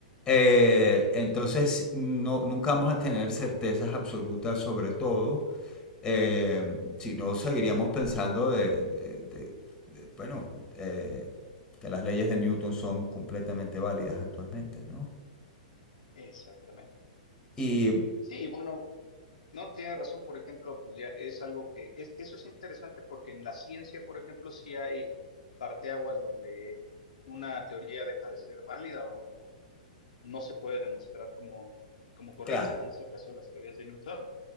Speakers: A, on the left (about 15°); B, on the left (about 80°).
A: Eh,
B: Ujú.
A: entonces, no, nunca vamos a tener certezas absolutas sobre todo, eh, si no seguiríamos pensando de, de- de- de- bueno, eh, que las leyes de Newton son completamente válidas actualmente, ¿no?
B: Exactamente. Sí,
A: Y
B: sí, y bueno, No, tiene razón, por ejemplo, pues ya es algo que, es- eso es interesante porque en la ciencia, por ejemplo, sí hay parteaguas donde una teoría deja de ser válida o, o no se puede demostrar como, como correcta,
A: claro,
B: como es el caso de las teorías de Newton.